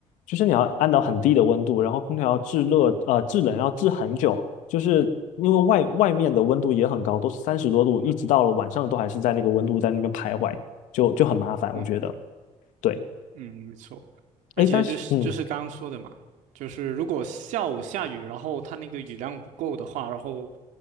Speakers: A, on the left (about 85°); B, on the right (about 80°).
A: 就是你要按到很低的温度，然后空调要制热，呃，制冷要制很久，就是因为外外面的温度也很高，都是三十多度，一直到了晚上都还是在那个温度在那边徘徊，就就很麻烦，
B: 嗯。
A: 我觉得。对，
B: 嗯，没错。那其实就是就是刚刚说的嘛，
A: 哎，但是嗯，
B: 就是如果下午下雨，然后它那个雨量不够的话，然后